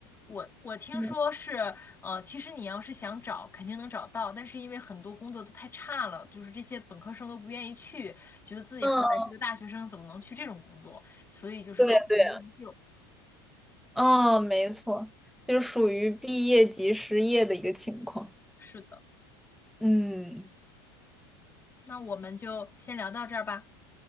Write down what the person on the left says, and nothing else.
我我听说是，
呃，其实你要是想找，肯定能找到，但是因为很多工作都太差了，就是这些本科生都不愿意去，觉得自己好歹是个大学生，
怎么能去这种工作？所以就是高不成低不就。
是的，
那我们就先聊到这儿吧，